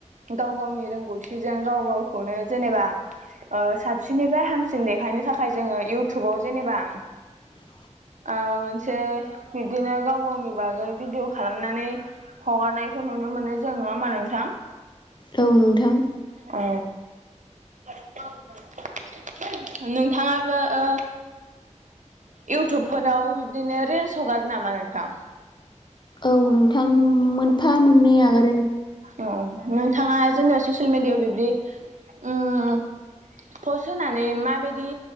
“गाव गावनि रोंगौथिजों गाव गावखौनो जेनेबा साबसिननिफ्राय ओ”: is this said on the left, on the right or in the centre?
Right